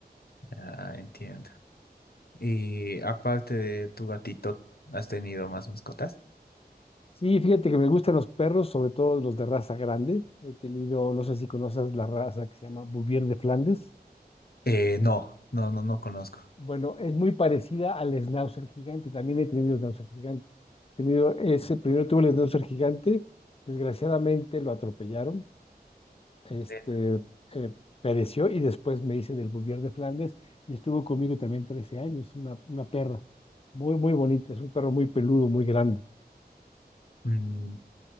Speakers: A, on the left; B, on the left.
A: Ah, entiendo. Y aparte de tu gatito, ¿has tenido más mascotas?
B: Sí, fíjate que me gustan los perros, sobre todo los de raza grande. He tenido, no sé si conoces la raza que se llama Bouvier de Flandes.
A: Eh, no, no, no, no conozco.
B: Bueno, es muy parecida al schnauzer gigante. También he tenido schnauzer gigante. He tenido ese, primero tuve el schnauzer gigante. Desgraciadamente lo atropellaron. Este,
A: Ven.
B: eh, pereció y después me hice del Bouvier de Flandes y estuvo conmigo también 13 años. Una, una perra muy, muy bonita. Es un perro muy peludo, muy grande.
A: Mm,